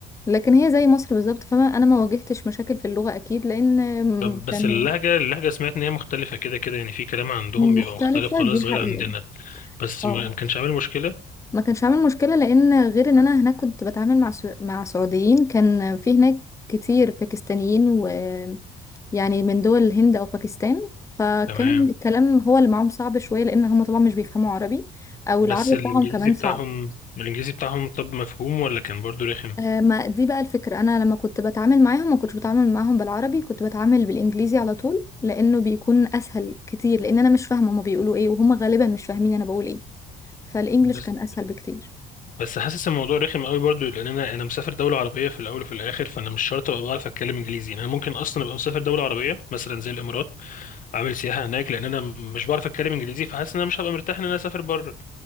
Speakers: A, on the left (about 15°); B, on the left (about 50°).
A: لكن هي زي مصر بالظبط فما أنا ما واجهتش مشاكل في اللغة أكيد لأن آم،
B: طب
A: كان
B: بس اللهجة اللهجة سمعت إن هي مختلفة كده كده يعني في كلام عندهم بيبقى
A: مختلفة
B: مختلف خالص
A: دي حقيقة
B: غير عندنا بس
A: اه
B: ما ما كانش عامل مشكلة
A: ما كانش عامل مشكلة لأن غير إن أنا هناك كنت بتعامل مع سو... مع سعوديين كان في هناك كتير باكستانيين و يعني من دول الهند أو باكستان فكان
B: تمام
A: الكلام هو اللي معاهم صعب شوية لأن هم طبعا مش بيفهموا عربي أو
B: بس
A: العربي
B: الانجليزي
A: بتاعهم كمان
B: بتاعهم
A: صعب
B: الانجليزي بتاعهم طب مفهوم ولا كان برضو رخم
A: آه، ما دي بقى الفكرة أنا لما كنت بتعامل معاهم ما كنتش بتعامل معاهم بالعربي كنت بتعامل بالإنجليزي على طول لأنه بيكون أسهل كتير لأن أنا مش فاهمة هما بيقولوا إيه وهم غالبا مش فاهمين أنا بقول إيه فالإنجليش
B: بس
A: كان أسهل بكتير
B: بس حاسس الموضوع رخم قوي برضو لان انا انا مسافر دوله عربيه في الاول وفي الاخر فانا مش شرط ابقى بعرف اتكلم انجليزي يعني انا ممكن اصلا ابقى مسافر دوله عربيه مثلا زي الامارات عامل سياحه هناك لان انا مش بعرف اتكلم انجليزي فحاسس ان انا مش هبقى مرتاح ان انا اسافر بره